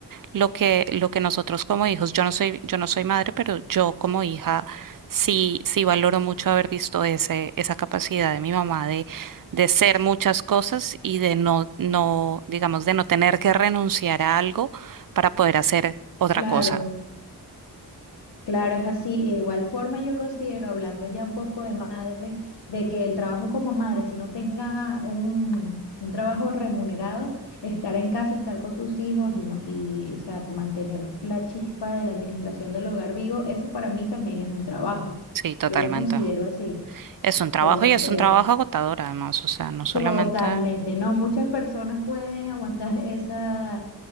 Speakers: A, on the right (about 55°); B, on the left (about 85°).
A: lo que, lo que nosotros como hijos, yo no soy, yo no soy madre, pero yo como hija sí, sí valoro mucho haber visto ese, esa capacidad de mi mamá de, de ser muchas cosas y de no, no, digamos, de no tener que renunciar a algo para poder hacer otra
B: Claro,
A: cosa.
B: claro, es así. E igual forma yo considero, hablando ya un poco de madres, de que el trabajo como madre, si no tenga un, un trabajo remunerado, estar en casa, estar con sus hijos y, ma- y, o sea, mantener la chispa de la administración del hogar vivo, eso para mí también es un trabajo.
A: Sí, totalmente.
B: Yo lo considero así,
A: Es un trabajo
B: porque
A: y es un trabajo agotador además, o sea, no solamente
B: totalmente, no, muchas personas pueden aguantar esa,